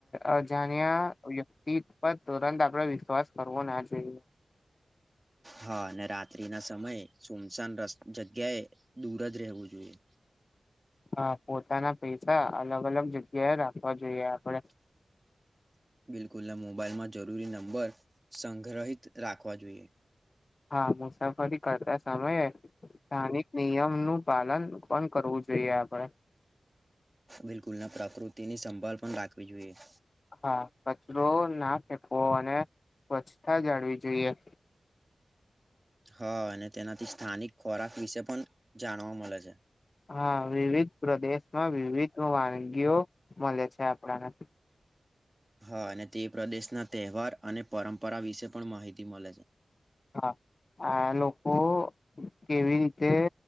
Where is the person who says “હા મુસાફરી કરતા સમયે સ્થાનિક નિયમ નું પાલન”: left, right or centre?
Left